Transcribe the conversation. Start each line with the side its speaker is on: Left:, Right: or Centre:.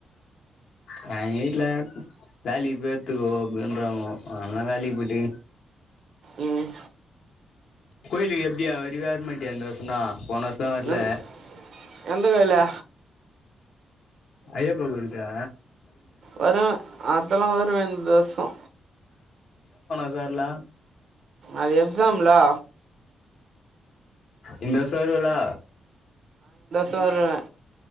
Left: அ எங்க வீட்ல வேலிக் பேத்துக்கோ அப்டின்றாங்கோ அதனா வேலைக்கு போய்ட்டு
Right: ம்
Left: கோயிலுக்கு எப்டியா வருவியா வர மாட்டியா இந்த வருசந்தா போனா வருஷ்தா வர்ல
Right: எந் எந்த கோயிலு
Left: ஐயப்ப கோயில் தா
Right: வருவே அதெல்லா வருவே இந்தோசோ
Left: வர்லா
Right: அது எக்ஸாம் லா
Left: இந்த வர்ஷோ வருவலா
Right: வருவ